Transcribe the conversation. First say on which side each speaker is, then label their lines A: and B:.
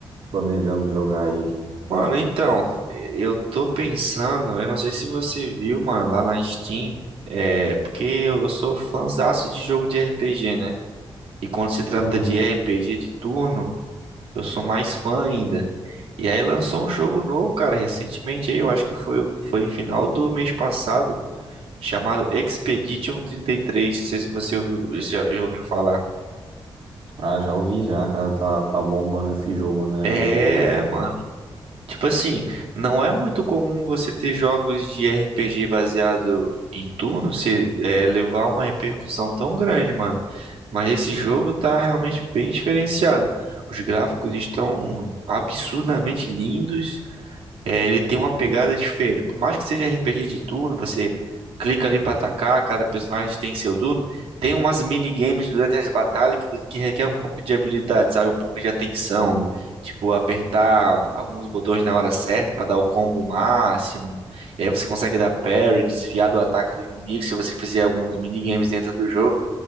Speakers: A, on the right; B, on the right.
A: planejando jogar aí?
B: Mano, então, eu tô pensando, eu não sei se você viu, mano, lá na Steam, é, porque eu sou fãzaço de jogo de RPG, né? E quando se trata
A: Uhum.
B: de RPG de turno, eu sou mais fã ainda. E aí lançou um jogo novo, cara, recentemente aí, eu acho que foi, foi final do mês passado, chamado Expedition 33. Não sei se você ouviu, já ouviu falar.
A: Ah, já ouvi já, cara. Tá, tá bombando esse jogo, né?
B: É,
A: O...
B: mano, Tipo assim, não é muito comum você ter jogos de RPG baseado em turno se é, levar uma repercussão tão grande, mano. Mas esse jogo tá realmente bem diferenciado. Os gráficos estão absurdamente lindos é, ele tem uma pegada diferente. Por mais que seja RPG de turno, você clica ali pra atacar, cada personagem tem seu turno. Tem umas minigames durante as batalhas que, você- que requer um pouco de habilidade, sabe? Um pouco de atenção.
A: Sim.
B: Tipo, apertar alguns botões na hora certa pra dar o combo máximo. E aí você consegue dar parry, desviar do ataque do inimigo se você fizer alguns minigames dentro do jogo.